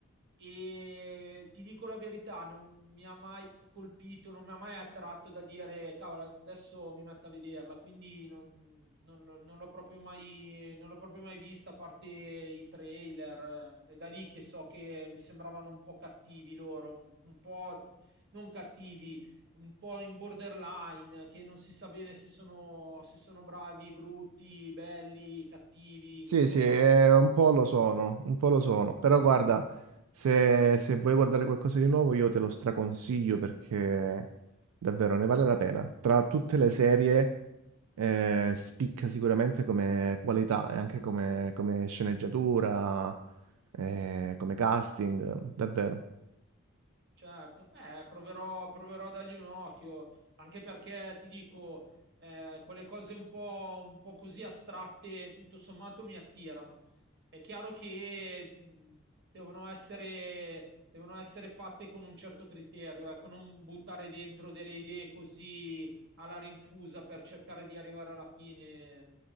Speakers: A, on the right (about 55°); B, on the right (about 80°).
A: E ti dico la verità, non mi ha mai colpito, non mi ha mai attratto da dire, cavolo, adesso mi metto a vederla, quindi non, non l'ho non l'ho proprio mai, non l'ho proprio mai vista, a parte i trailer. È da lì che so che mi sembravano un po' cattivi loro, un, un po' non cattivi, un po' in borderline, che non si sa bene se sono, se sono bravi, brutti, belli, cattivi,
B: Sì,
A: insomma.
B: sì, eh, un po' lo sono, un po' lo sono. Però guarda, se, se vuoi guardare qualcosa di nuovo, io te lo straconsiglio perché davvero ne vale la pena. Tra tutte le serie, eh, spicca sicuramente come qualità e anche come, come sceneggiatura, eh, come casting, davvero.
A: Certo, eh, proverò, proverò a dargli un occhio, anche perché ti dico, eh, quelle cose un po', un po' così astratte, tutto sommato, mi attirano. È chiaro che mh, devono essere, devono essere fatte con un certo criterio, ecco, non buttare dentro delle idee così alla rinfusa per cercare di arrivare alla fine